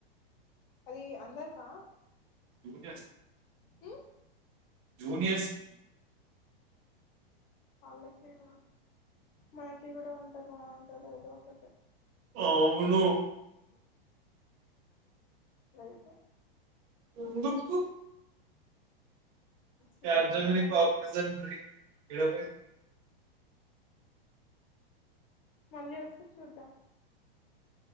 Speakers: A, on the left; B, on the right.
A: అది అందరికా
B: జూనియర్స్
A: హ్మ్
B: జూనియర్స్ కి
A: వాళ్ళకేనా మనకి గూడా ఉంటే బాగుంటది ఏదో ఒకటి
B: అవును
A: వెళ్తే
B: ఎందుకు <inaudible>
A: చిన్న పిల్లగాన్లే మళ్ళీ వస్తే చూద్దాం